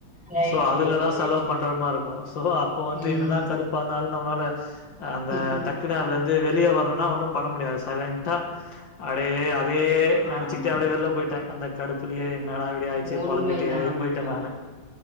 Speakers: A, in the centre; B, on the left (about 70°).
A: ரைட்
B: சோ அதுலதா
A: ரைட் ரைட்
B: செலவு பண்ற மார்ருக்கு சோ அப்ப வந்து
A: ம்
B: என்னதா கடுப்பானாலு நம்னால அந்த
A: ம்
B: டக்குனு அதுலருந்து வெளிய வர ணுனா ஒன்னு பண்ண முடியாது சைலண்ட்டா அடே அதே நெனைச்சிகிட்டு
A: ஆமா
B: அப்டியே வெளிய போயிட்டே அந்த கடுப்புலயே என்னடா இப்டி ஆயிடுச்சே
A: உண்மைதா
B: பொலம்பிட்டே
A: உண்மை
B: போயிட்டே நானு